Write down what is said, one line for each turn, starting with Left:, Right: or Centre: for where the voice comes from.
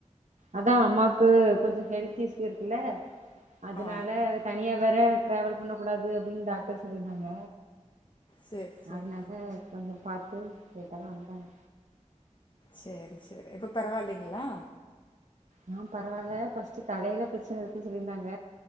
Right: அதா அம்மா க்கு கொஞ்சொ ஹெல்த் இஸ்யூ இருக்குல்ல அதுனால
Left: ஆ
Right: தனியா வேற டிராவல் பண்ணக் கூடாது அப்படின்னு டாக்டர் சொல்லிருந்தாங்க
Left: சரி சரி
Right: அதனால கொஞ்சொ பாத்து லேட்டாதா வந்தாங்க
Left: சரி சரி இப்ப பரவால்லைங்களா
Right: ஆஹ் பரவால்ல ஃபர்ஸ்ட் தலையில பிரச்சன இருக்குன்னு சொல்லியிருந்தாங்க